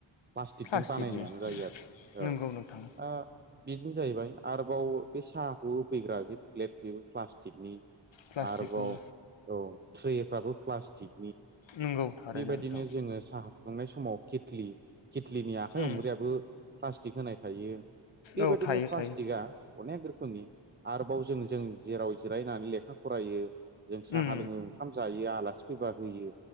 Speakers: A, on the right; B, on the left.
A: प्लास्टिकजों
B: प्लास्टिकनि
A: बानायनायानो जायो आरो।
B: नंगौ
A: औ
B: नोंथां
A: दा बेजोंनो जाहैबाय आरोबाव बे साहाखौ होफैग्रा जे प्लेट बेबो प्लास्टिकनि
B: प्लास्टिकनि
A: आरोबाव औ ट्रेफ्रोबो प्लास्टिक
B: नंगौ थारैनो
A: बेबायदिनो
B: नोंथां
A: जोङो साहा दुंनाय समाव केतलि केेटलिनि आखाइ
B: उम
A: हमग्रायाबो प्लास्टिक होनाय थायो। बेबायदिनो
B: औ थायो
A: प्लास्टिकआ
B: थायो
A: अनेक रोखोमनि आरोबाव जों जों जेराव जिरायनानै लेखा फरायो जों साहा
B: उम
A: लोङो ओंखाम जायो आलासि फैबा होयो